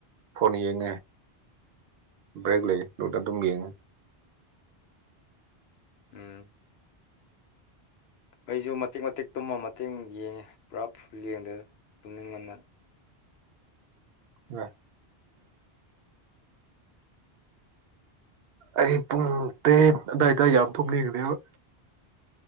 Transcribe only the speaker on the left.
ꯎꯝ ꯑꯩꯁꯨ ꯃꯇꯤꯦꯛ ꯃꯇꯦꯛ ꯇꯨꯝꯃ ꯃꯇꯦꯡ ꯌꯦꯡꯉꯦ ꯄꯨꯔꯥ ꯐꯨꯜ ꯌꯦꯡꯗꯅ ꯇꯨꯝꯅꯤꯡ ꯉꯟꯅ